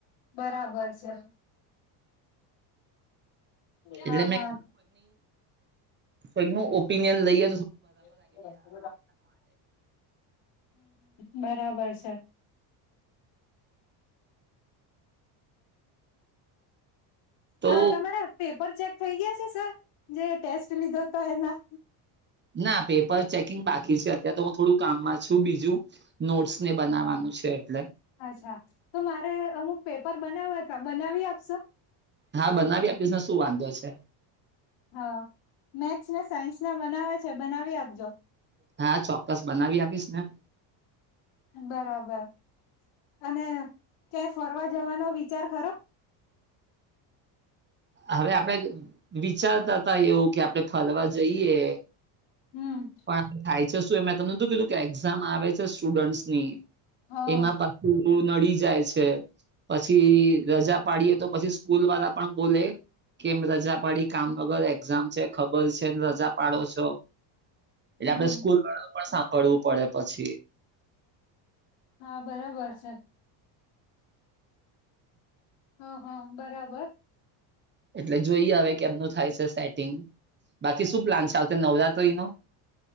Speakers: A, on the left; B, on the right.
A: બરાબર છે.
B: એટલે
A: હા
B: મે
A: હા
B: ન ઓપિનિયન લઈ.
A: હ હ. બરાબર છે.
B: તો
A: હા, તમારે પેપર ચેક થઈ ગયા છે, સર? જે ટેસ્ટ લીધો હતો એના.
B: ના પેપર ચેકિંગ બાકી છે, અત્યારે તો હું થોડું કામમાં પાછું બીજું નોટ્સ ને બનાવાનું છે, એટલે
A: અચ્છા તો મારે અમુક પેપર બનાવવા હતા બનાવી આપશો
B: હા બનાવી આપીને શું વાંધો છે.
A: હ મેથ્સ ને સાયન્સ ના બનાવે છે, બનાવી આપજો
B: હા ચોક્કસ બનાવી આપીશ ને
A: બરાબર અને ક્યાંય ફરવા જવાનો વિચાર ખરો
B: હવે આપડે વિચારતા હતા એવું કે આપણે ફરવા જઈએ
A: હમ
B: પણ થાય છે, શું મેં તમનેું કીધું કે એક્ઝામ આવે છે, સ્ટુડન્ટસ ની
A: હા
B: એમાં પછી નડી જાય છે, પછી રજા પાડીએ તો પછી સ્કૂલ વાલા પણ બોલે કેમ રજા પાડી કામનગર એક્ઝામ છે, ખબર છે, રજા પાડો છો એટલે
A: હમ
B: આપડે સ્કૂલ વાળુ પણ સાંભળવું પડે પછી
A: હા બરાબર સર હ હ બરાબર
B: એટલે જોઈએ હવે કે એમનું થાય છે, સેટિંગ બાકી શું પ્લાન છે, આવત નવરાત્ર એ નુ?